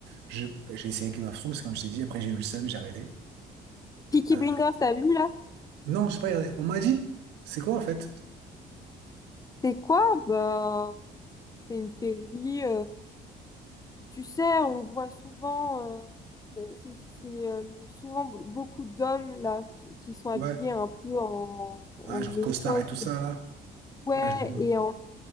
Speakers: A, on the right; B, on the left.
A: je- J'ai essayé Game of Thrones, comme je t'ai dit. Après, j'ai eu le seum, j'ai arrêté.
B: Peaky
A: Euh,
B: Blinders, t'as vu là?
A: non, je sais pas regardé. On m'a dit, c'est quoi, en fait?
B: C'est quoi? Bah, c'est une série. euh, tu sais, on voit souvent, euh, euh, c'est c'est, euh, souvent be- beaucoup d'hommes là tu- qui sont
A: Ouais.
B: habillés un peu en, en
A: Ah, genre
B: époque.
A: costard et tout ça, là.
B: Ouais,
A: Ouais, je vois.
B: et en